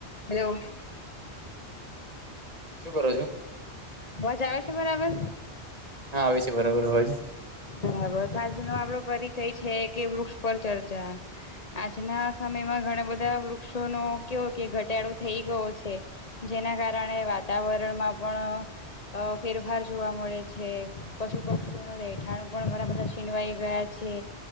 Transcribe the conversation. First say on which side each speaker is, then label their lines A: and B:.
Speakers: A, on the left (about 35°); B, on the right (about 35°).
A: Hello.
B: શું કરો છો?
A: અવાજ આવે છે બરાબર?
B: હા, આવે છે બરાબર અવાજ.
A: બરાબર. તો આજનો આપણો પરિચય છે કે વૃક્ષ પર ચર્ચા આજના સમયમાં, ઘણા બધા વૃક્ષોનો કેવો, કે ઘટાડો થઈ ગયો છે. જેના કારણે વાતાવરણમાં પણ અ ફેરફાર જોવા મળે છે. પશુપક્ષીઓનું રહેઠાણ પણ ઘણાબધા છીનવાઈ ગયા છે.